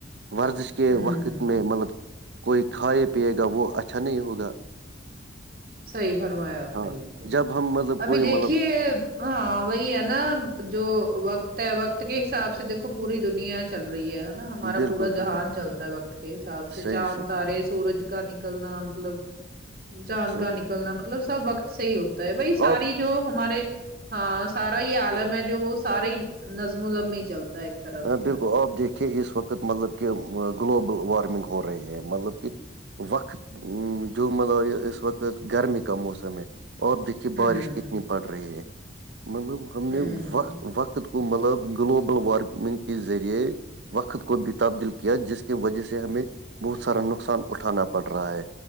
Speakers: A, on the right; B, on the right.
A: ورزش کے
B: ہوں
A: وقت میں مطلب کوئی کھائے پیے گا وہ اچھا نہیں ہوگا
B: صحیح فرمایا آپ
A: ہاں
B: نے بالکل
A: جب ہم مطلب کوئی
B: ابھی دیکھیے
A: مطلب
B: ہاں وہی ہے نا جو وقت ہے وقت کے حساب سے دیکھو پوری دنیا چل رہی ہے نا ہمارا
A: بالکل
B: پورا
A: بالکل
B: جہان چلتا ہے وقت کے حساب سے
A: صحیح
B: چاند
A: صحیح
B: تارے سورج کا نکلنا مطلب جان
A: صحیح
B: کا نکلنا مطلب سب وقت سے ہوتا ہے وہی ساری
A: اور
B: جو ہمارے ہاں سارا یہ عالم ہے جو وہ سارا ہی نظم زمیں چلتا ہے طرح سے
A: بالکل
B: ہے نا
A: آپ دیکھیے اس وقت مطلب کہ گلوبل وارمنگ ہو رہی ہے مطلب کہ وقت جو ملب یہ اس وقت گرمی کا موسم ہے اورپ د کہ
B: ہوں
A: بارش کتنی پڑ رہی ہے مطلب ہم نے
B: ہوں
A: وق وقت کو مطلب گلوبل وارمنگ کے ذریعے وقت کو بھی تبدیل کیا جس کی وجہ سے ہمیں بہت سارا نقصان اٹھانا پڑ رہا ہے